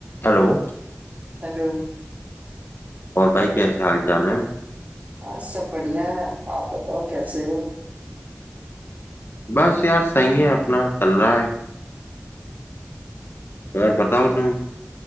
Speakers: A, on the left; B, on the right.
A: Hello
B: Hello
A: और भाई
B: कै-
A: कैसे हाल चाल है
B: आज सब बढ़िया है आप बताओ कैसे हो
A: बस यार सही है अपना चल रहा है और बताओ तुम